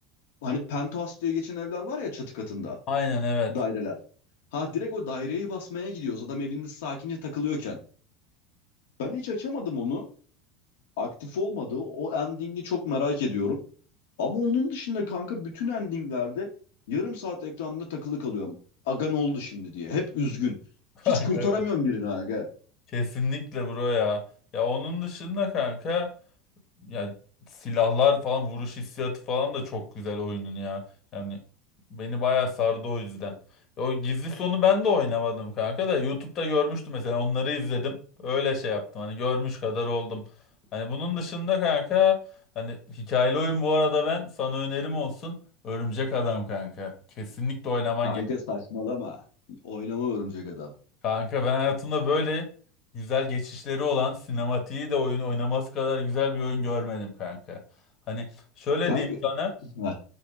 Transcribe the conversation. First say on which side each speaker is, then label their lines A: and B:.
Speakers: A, on the left; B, on the left.
A: Hani penthouse diye geçen evler var ya çatı katında.
B: Aynen evet.
A: Daireler. Ha direkt o daireyi basmaya gidiyoruz. Adam evinde sakince takılıyorken. Ben hiç açamadım onu. Aktif olmadı. O endingi çok merak ediyorum. Ama onun dışında kanka bütün endinglerde yarım saat ekranda takılı kalıyorum. Aga ne oldu şimdi diye. Hep üzgün.
B: <laughs>
A: Hiç
B: Kanka
A: kurtaramıyorum
B: evet.
A: birini aga.
B: Kesinlikle bro ya. Ya onun dışında kanka ya silahlar falan vuruş hissiyatı falan da çok güzel oyunun ya. Yani beni bayağı sardı o yüzden. O gizli sonu ben de oynamadım kanka da YouTube'da görmüştüm mesela onları izledim. Öyle şey yaptım hani görmüş kadar oldum. Hani bunun dışında kanka hani hikayeli oyun bu arada ben sana önerim olsun. Örümcek Adam kanka. Kesinlikle oynaman
A: Kanka saçmalama. Oynama örümcek adam.
B: Kanka ben hayatımda böyle güzel geçişleri olan sinematiği de oyun oynaması kadar güzel bir oyun görmedim kanka. Hani şöyle
A: Kanka
B: diyeyim sana
A: Heh,